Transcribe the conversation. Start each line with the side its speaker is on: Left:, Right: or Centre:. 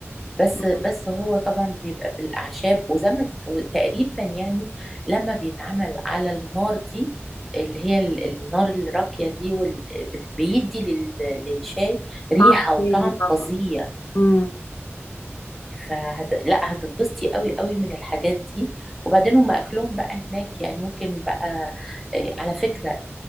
Centre: بس
Left: مم.
Centre: بس هو طبعا بيبقى بالأعشاب وزي ما وتقريبا يعني لما بيتعمل على النار دي اللي هي ال- النار الراقية دي وال- بت- بيدي لل- للشاي ريحة
Left: طعم
Centre: وطعم
Left: تاني طبعا
Centre: فظيع
Left: مم.
Centre: فهت... لا هتتبسطي قوي قوي من الحاجات دي وبعدين هم اكلهم بقى هناك يعني ممكن بقى إيه، على فكره